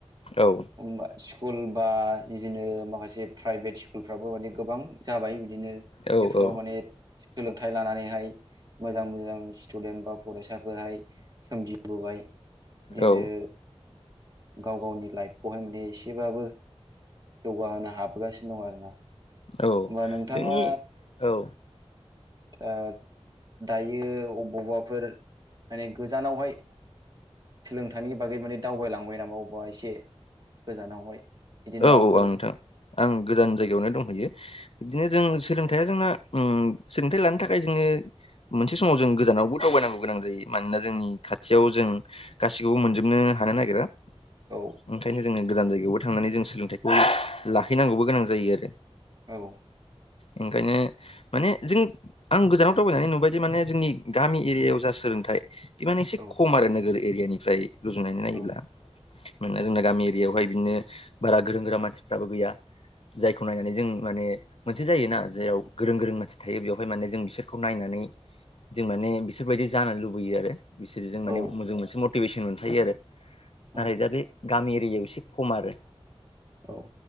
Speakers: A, on the left; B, on the right.
A: औ।
B: <unintelligible> स्कुल बा बिदिनो माखासे प्राइभेट स्कुलफ्राबो माने गोबां जाबाय बिदिनो
A: औ
B: बेफोराव माने सोलोंथाइ लानानैहाय मोजां मोजां स्टुडेन्ट बा फरायसाफोराहाय सोमजिबोबाय बिदिनो
A: औ
B: गाव गावनि लाइफखौहाय माने एसेबाबो जौगाहोनो हाबोगासिनो दं आरोना।
A: औ
B: होमबा नोंथाङा
A: जोंनि औ
B: ओ दायो अबावबाफोर माने गोजानावहाय सोलोंथाइनि बागै माने दावबायलांबाय नामा अबेबा एसे गोजानावहाय बिदिनो
A: औ-औ
B: माबाफोर
A: आं नोंथां आं गोजान जायगायावनो दंहैयो बिदिनो जों सोलोंथाइया जोंना ओम सोलोंथाइ लानो थाखाय जोङो मोनसे समाव जों गोजानावबो दावबायनांगौ गोनां जायो मानोना जोंनि खाथियाव जों गासिखौबो मोनजोबनो हानो नागिरा।
B: औ
A: ओंखायनो जोङो गोजान जायगायावबो थांनानै जों सोलोंथाइखौ लाहैनांगौबो गोनां जायो आरो।
B: औ
A: एंगायनो माने जों आं गोजानाव दावबायनानै नुबायदि माने जोंनि गामि एरियायाव जा सोलोंथाइ बि माने एसे
B: औ
A: खम आरो नोगोरै। एरियानिफ्राय रुजुनानै नायोब्ला
B: औ
A: मानोना
B: औ
A: जोंना गामि एरियायावहाय बिदिनो बारा गोरों गोरा मानसिफ्राबो गैया जायखौ नायनानै जों माने मोनसे जायोना जेराव गोरों-गोरों मानसि थायो बेवहाय माने जों बिसोरखौ नायनानै जों माने बिसोरबायदि जानो लुबैयो आरो बिसोरो जों माने
B: औ
A: मोजां मोनसे मथ टिभेसन मोनखायो आरो
B: औ
A: नाथाय दा बे गामि एरियायाव एसे खम आरो।
B: औ।